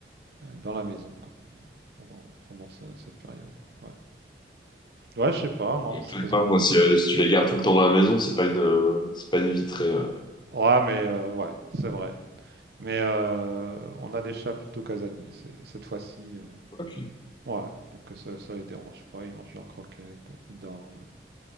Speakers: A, on the right; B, on the left.
A: euh, dans la maison, quoi, pendant, pendant ce- cette période. Ouais, ouais, je sais pas, non,
B: Ouais,
A: parce
B: peut-être
A: parce
B: pas,
A: que...
B: moi, si, euh, si tu les gardes tout le temps dans la maison, c'est pas une, euh, c'est pas une vie très. euh,
A: Ouais, mais euh, ouais, c'est vrai. Mais euh, on a des chats plutôt casaniers, c'est- cette fois-ci. euh,
B: ok.
A: ouais, donc ça, ça les dérange pas, ils mangent leurs croquettes, ils dorment.